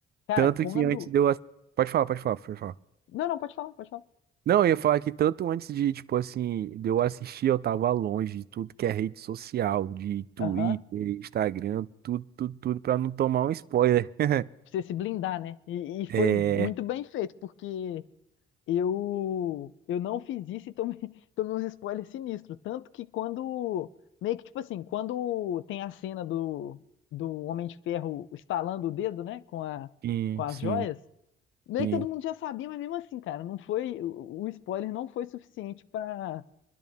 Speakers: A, on the left; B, on the right.
A: Cara,
B: tanto
A: quando.
B: que antes de eu. ass- Pode falar, pode falar, pode falar.
A: Não, não, pode falar, pode falar.
B: Não, eu ia falar que tanto antes de, tipo assim, de eu assistir, eu tava longe de tudo que é rede social, de Twitter,
A: Aham.
B: Instagram, tudo, tudo, tudo, pra não tomar um spoiler. <laughs>
A: Pra Você se blindar, né? E, e foi
B: É,
A: muito bem feito, porque eu eu não fiz isso e tomei, <laughs> tomei uns spoilers sinistros. Tanto que quando. Meio que tipo assim, quando tem a cena do, do Homem de Ferro estalando o dedo, né? Com a,
B: sim,
A: com as
B: sim,
A: joias. Meio
B: sim,
A: que todo mundo já sabia, mas mesmo assim, cara, não foi. O o spoiler não foi suficiente pra